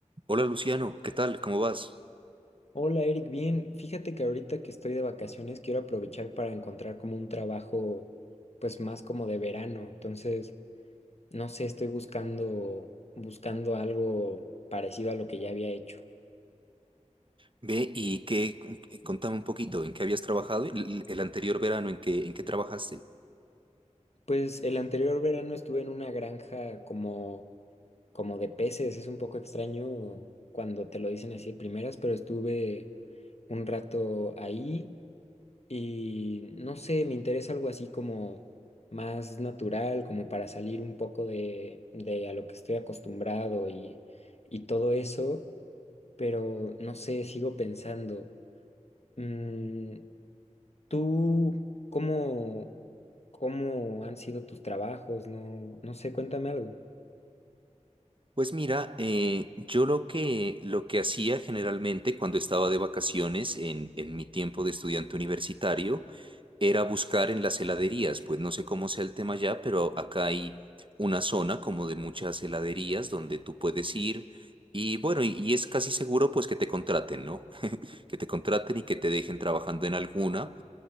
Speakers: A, on the right; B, on the left.
A: Hola Luciano, ¿qué tal? ¿Cómo vas?
B: Hola Eric, bien. Fíjate que ahorita que estoy de vacaciones quiero aprovechar para encontrar como un trabajo pues más como de verano. Entonces, no sé, estoy buscando buscando algo parecido a lo que ya había hecho.
A: Ve y qué, contame un poquito, ¿en qué habías trabajado el, el anterior verano? ¿En qué, en qué trabajaste?
B: Pues el anterior verano estuve en una granja como como de peces, es un poco extraño cuando te lo dicen así de primeras, pero estuve un rato ahí Y no sé, me interesa algo así como más natural, como para salir un poco de, de a lo que estoy acostumbrado y, y todo eso, pero no sé, sigo pensando. Mm, ¿tú cómo, cómo han sido tus trabajos? No, no sé, cuéntame algo.
A: Pues mira, eh, yo lo que, lo que hacía generalmente cuando estaba de vacaciones en, en mi tiempo de estudiante universitario era buscar en las heladerías, pues no sé cómo sea el tema ya, pero acá hay una zona como de muchas heladerías donde tú puedes ir y bueno, y, y es casi seguro pues que te contraten, ¿no? <laughs> Que te contraten y que te dejen trabajando en alguna.